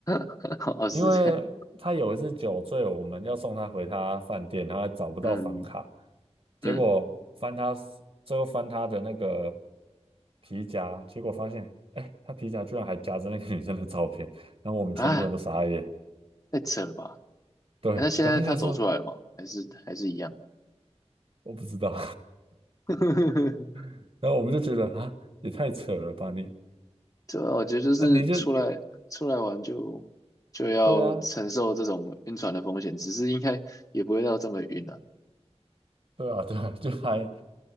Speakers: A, on the left; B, on the right.
A: <laughs> 哦，是这样，
B: 因为他有一次酒醉，我们要送他回他饭店，然后还找不到房卡，
A: 嗯
B: 结果翻他，
A: 嗯，
B: 最后翻他的那个皮夹，结果发现，哎，他皮夹居然还夹着那个女生的照片，然后我们全部人都傻眼。
A: 啊，太扯了吧？
B: 对，
A: 诶那现在他走出来了吗？
B: 等后就想说
A: 还是还是一样？
B: 我不知道，
A: <laughs>
B: <laughs> 然后我们就觉得啊，也太扯了吧你，
A: 对啊，我觉得就是出来出来玩就就要承受这种晕船的风险，
B: 啊你就对啊，
A: 只是应该也不会到这么晕的。啊
B: 对啊，对啊，就还